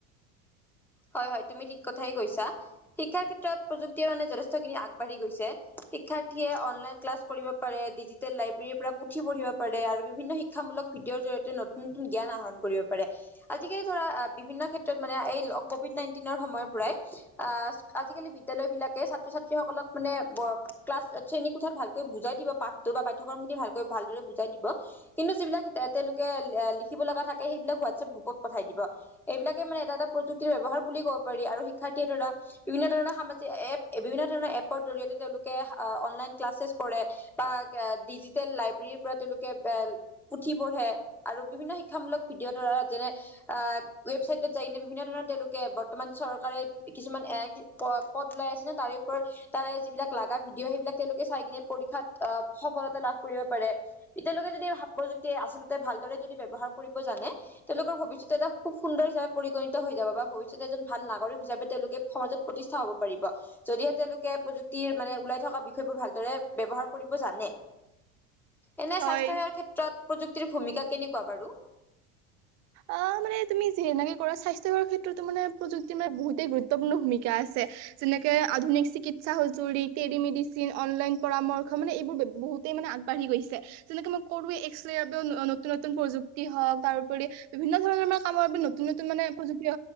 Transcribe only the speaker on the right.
হয়
অ মানে তুমি যেনেকে কৰা স্বাস্থ্য সেৱাৰ ক্ষেত্ৰতো মানে প্ৰযুক্তিৰ মানে বহুতেই গুৰুত্বপূৰ্ণ ভূমিকা আছে। যেনেকে আধুনিক চিকিৎসা সজৰি টেলিমেডিচিন অনলাইন পৰামৰ্শ মানে এইবোৰ বহুত- গোটেই মে আগবাঢ়ি গৈছে। যেনেকে মই কৰোৱে এক্ৰ বাবে নতুন নতুন প্ৰযুক্তি হওক তাৰোপৰি- বিভিন্ন ধৰণৰ মান কামৰ বাবে নতুন নতুন মানে প্ৰযুক্তিয়ে